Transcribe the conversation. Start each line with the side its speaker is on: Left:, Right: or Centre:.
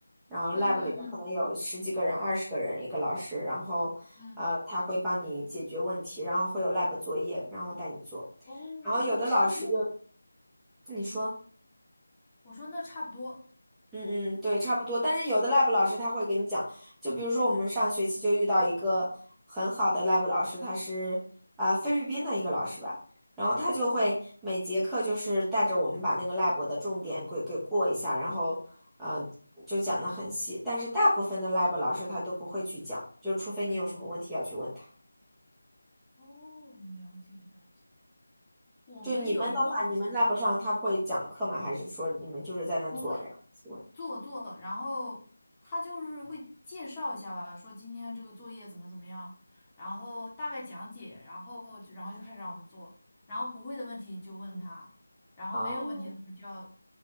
Centre: 然后
Left: 嗯嗯嗯
Centre: lab 里面可能有十几个人、二十个人一个老师，然后呃他会帮你解决问题，
Left: 嗯，
Centre: 然后会有 lab 作业，然后带你做，
Left: 哦，
Centre: 然后有的老师有
Left: 那差不多。
Centre: 你说。
Left: 我说那差不多，
Centre: 嗯嗯，对，差不多。但是有的 lab 老师他会给你讲，就比如说我们上学期就遇到一个很好的 lab 老师，他是啊、呃菲律宾的一个老师吧，然后他就会每节课就是带着我们把那个 lab 的重点给给过一下，然后嗯、呃就讲的很细。但是大部分的 lab 老师他都不会去讲，就除非你有什么问题要去问他。
Left: 哦，了解了解。我们有一个老师
Centre: 就你们的话，你们 lab 上他会讲课吗？还是说你们就是在那做，
Left: 不会，
Centre: 然后去问？
Left: 做做，然后他就是会介绍一下吧，说今天这个作业怎么怎么样，然后大概讲解，然后就然后就开始让我们做，然后不会的问题就问他，然后没有问题的话就要
Centre: 哦